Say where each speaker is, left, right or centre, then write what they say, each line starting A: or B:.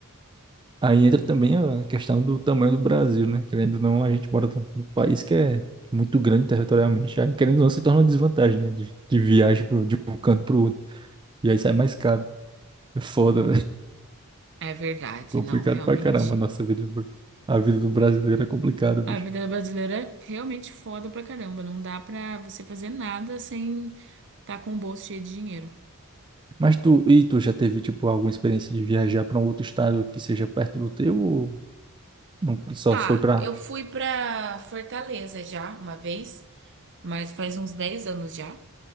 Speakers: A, on the right (about 20°); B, on the right (about 55°).
A: aí entra também a questão do tamanho do Brasil, né? Querendo ou não, a gente mora num num país que é muito grande territorialmente. Aí, querendo ou não, se torna uma desvantagem, né, de, de viagem pro, de um canto para o outro. E aí sai mais caro. É foda,
B: É verdade,
A: Complicado
B: não, realmente.
A: pra caramba a nossa vida. do Bra- A vida do brasileiro é complicada, bicho.
B: A vida brasileira é realmente foda pra caramba. Não dá pra você fazer nada sem tá com o bolso cheio de dinheiro.
A: Mas tu, e tu já teve, tipo, alguma experiência de viajar para um outro estado que seja perto do teu ou não, só
B: Ah,
A: foi pra.
B: eu fui pra Fortaleza já uma vez, mas faz uns 10 anos já.